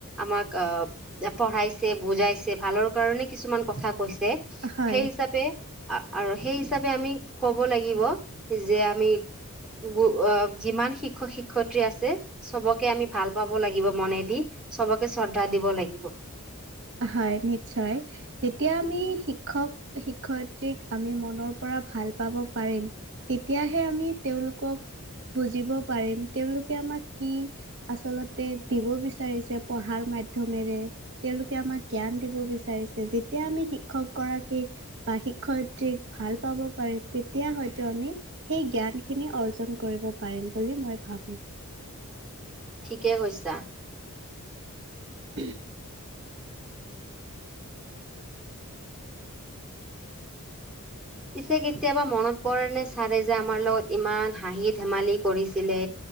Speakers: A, in the centre; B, on the right.
A: আমাক অ পঢ়াইছে বুজাইছে ভালৰ কাৰণে কিছুমান কথা কৈছে
B: হয়।
A: সেই হিচাপে, আৰু সেই হিচাপে আমি কব লাগিব যে আমি গ যিমান শিক্ষক শিক্ষয়িত্ৰী আছে চবকে আমি ভাল পাব লাগিব মনে দি চবকে শ্ৰদ্ধা দিব লাগিব। আহিব।
B: হয় নিশ্চয়, যেতিয়া আমি শিক্ষক শিক্ষয়িত্ৰীক আমি মনৰ পৰা ভাল পাব পাৰিম তেতিয়াহে আমি তেওঁলোকক বুজিব পাৰিম তেওঁলোকে আমাক কি আচলতে দিব বিচাৰিছে পঢ়াৰ মাধ্যমেৰে তেওঁলোক আমাক জ্ঞান দিব বিচাৰিছে যেতিয়া আমি শিক্ষক গৰাকীক বা শিক্ষয়িত্ৰীক ভাল পাব পাৰিম তেতিয়া হয়তো আমি সেই জ্ঞানখিনি অৰ্জন কৰিব পাৰিম বুলি মই ভাবো।
A: কে কৈছা।
B: <unintelligible>
A: পিছে কেতিয়াবা মনত পৰে নে ছাৰে যে আমাৰ লগত ইমান হাঁহি ধেমালি কৰিছিলে